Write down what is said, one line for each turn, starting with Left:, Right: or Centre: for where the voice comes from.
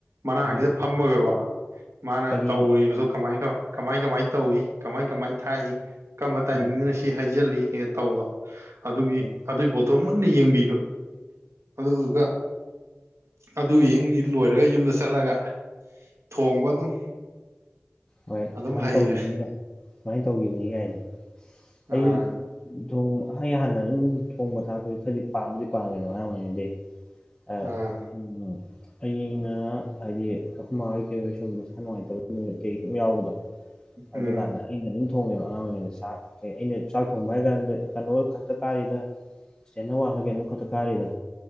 Right: ꯃꯅꯥꯛꯁꯤꯗ
Left: ꯎꯝ
Right: ꯐꯝꯃꯒꯀꯣ ꯃꯥꯅ
Left: ꯀꯔꯤ
Right: ꯇꯧꯔꯤꯕꯗꯣ ꯀꯃꯥꯏ ꯀꯃꯥꯏ ꯀꯃꯥꯏ ꯇꯧꯏ ꯀꯃꯥꯏ ꯀꯃꯥꯏ ꯊꯥꯛꯏ ꯀꯔꯝꯕ ꯇꯥꯏꯃꯤꯡꯗꯨꯅ
Left: ꯎꯝ
Right: ꯁꯤ ꯍꯥꯏꯖꯤꯜꯂꯤ ꯍꯦꯟꯅ ꯇꯧꯕꯗꯣ ꯑꯗꯨꯒꯤ
Left: ꯎꯝ
Right: ꯑꯗꯨꯒꯤ ꯄꯣ ꯇꯣ ꯃꯨꯟꯅ ꯌꯦꯡꯕꯤꯕ ꯑꯗꯨꯗꯨꯒ ꯑꯗꯨ ꯌꯦꯡ ꯂꯣꯏꯔꯒ ꯌꯨꯝꯗ ꯆꯠꯂꯒ ꯊꯣꯡꯕ ꯑꯗꯨꯝ
Left: ꯍꯣꯏ
Right: ꯑꯗꯨꯝ
Left: ꯁꯨꯃꯥꯏꯅ
Right: ꯍꯩꯔꯦ
Left: ꯇꯧꯈꯤꯕꯅꯤꯗ ꯁꯨꯃꯥꯏꯅ ꯇꯧꯈꯤꯕꯅꯤ ꯀꯥꯏꯗ ꯑꯩꯁꯨ
Right: ꯑꯥ
Left: ꯊꯣꯡ ꯑꯩ ꯍꯥꯟꯅ ꯑꯗꯨꯝ ꯊꯣꯡꯕ ꯊꯥꯛꯄꯗꯤ ꯈꯔꯗꯤ ꯄꯥꯝꯕꯨꯗꯤ ꯄꯥꯝꯃꯦꯕꯣ ꯑꯉꯥꯡ ꯑꯣꯏꯔꯤꯉꯩꯗꯩ ꯑ
Right: ꯑꯥ
Left: ꯎꯝ ꯑꯩꯅ ꯍꯥꯏꯗꯤ ꯑꯈꯣꯢꯃꯥꯍꯣꯢ ꯀꯩ ꯍꯣꯏ ꯁꯨꯝ ꯃꯁꯥ ꯅꯨꯡꯉꯥꯏꯇꯕ ꯅꯨꯃꯤꯠ ꯀꯩ ꯁꯨꯝ ꯌꯥꯎꯕꯗꯣ ꯑꯗꯨ
Right: ꯎꯝ
Left: ꯀꯥꯟꯗ ꯑꯩꯅ ꯗꯨꯝ ꯊꯣꯡꯉꯦꯕ ꯑꯉꯥꯡꯉꯩꯗ ꯆꯥꯛ ꯀꯩ ꯑꯩꯅ ꯆꯥꯛ ꯊꯣꯡꯕ ꯍꯥꯏ ꯀꯥꯟꯗ ꯀꯩꯅꯣ ꯈꯥꯛꯇ ꯀꯥꯔꯤꯗ ꯏꯁꯇꯦꯟꯗ ꯋꯥꯠꯅ ꯀꯩꯅꯣꯝꯈꯛꯇ ꯀꯥꯔꯤꯗ